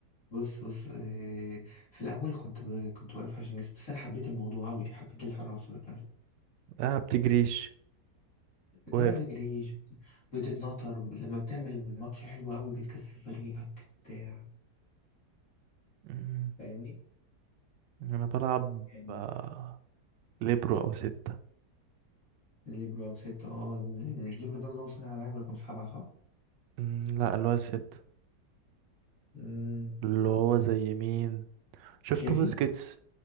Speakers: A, on the left; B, on the right.
A: بص بص آه، في الأول كنت ب... كنت واقف عشان جسمي بس أنا حبيت الموضوع أوي حبيت الحراسة
B: لا بتجريش واقف
A: لا ما بجريش بتتنطر ب- لما بتعمل ماتش حلو قوي بتكسب فريقك بتاع
B: مم.
A: فاهمني
B: أنا بلعب
A: يعني
B: آه، ليبرو أو ستة
A: ليبرو او ستة اه مش ليبرو ده اللي هو صانع العاب رقم سبعة صح؟
B: مم، لا اللي هو ستة
A: امم
B: اللي هو زي مين شفت
A: تشافي؟
B: بوسكيتس